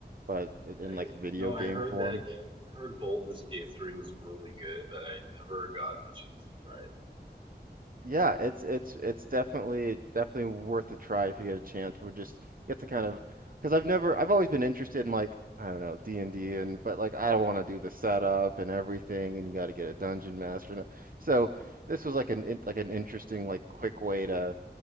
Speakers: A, on the right; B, on the right.
A: but in
B: I,
A: like video
B: you know, I
A: game
B: heard
A: form.
B: that game. I heard Baldur's Gate 3 was really good, but I never got the chance to try it.
A: Yeah, it's it's it's definitely definitely worth a try if you get a chance. We're just you have to kind of because I've never I've always been interested in like I don't know D&D and D and but like I don't want to do the setup and everything and you got to get a dungeon master. and- So this was like an in- like an interesting like quick way to